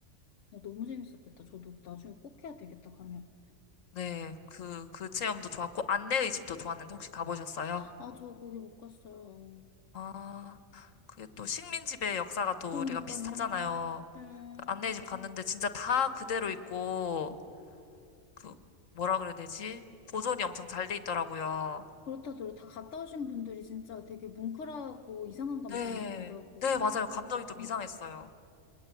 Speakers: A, on the left; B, on the left.
A: 어, 너무 재밌었겠다. 저도 나중에 꼭 해야 되겠다, 가면.
B: 네, 그, 그 체험도 좋았고, 안내의 집도 좋았는데 혹시 가보셨어요?
A: 아, 저 거기 못 갔어요.
B: 아, 그게 또 식민지배 역사가 또
A: 그러니까요.
B: 우리가 비슷하잖아요.
A: 네,
B: 그 안내의
A: 맞아.
B: 집 갔는데 진짜 다 그대로 있고, 그 뭐라 그래야 되지? 보존이 엄청 잘 돼 있더라고요.
A: 그렇다더라. 다 갔다 오신 분들이 진짜 되게 뭉클하고 이상한 감정
B: 네.
A: 느낀다고.
B: 네, 맞아요. 감정이 좀
A: 음,
B: 이상했어요.